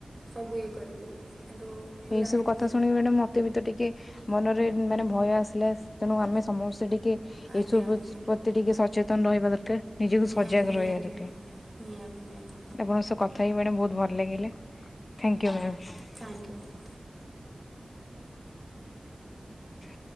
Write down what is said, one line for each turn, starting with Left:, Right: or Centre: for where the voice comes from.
Right: ସବୁ ଇଏ କରିକି କିନ୍ତୁ ହେଲା
Left: ଏଇ ସବୁ
Right: ଏମିତି
Left: କଥା ଶୁଣିକି ମ୍ୟାଡ଼ାମ ମତେ ବି ତ ଟିକେ ମନରେ ମାନେ ଭୟ ଆସିଲା ତେଣୁ ଆମେ ସମସ୍ତେ ଟିକେ
Right: ଆଜ୍ଞା
Left: ଏଇସବୁ
Right: ଆଜ୍ଞା।
Left: ପ ତି ଟିକେ ସଚେତନ ରହିବା ଦରକାର। ନିଜକୁ
Right: ନିହାତି
Left: ସଜାଗ
Right: ନିହାତି
Left: ରହିବା ଦରକାର।
Right: ନିହାତି ନିହାତି
Left: ଆପଣଙ୍କ ସହ କଥା ହେଇକି ମ୍ୟାଡମ୍ ବହୁତୁ ଭଲ ଲାଗିଲା। Thank you ma'am.
Right: Thank you.
Left: ଁ ହ